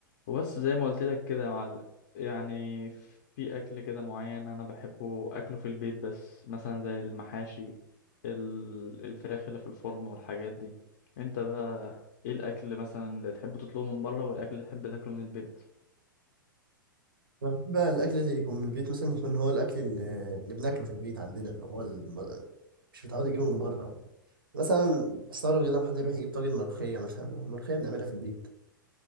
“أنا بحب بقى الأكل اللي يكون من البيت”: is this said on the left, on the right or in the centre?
Right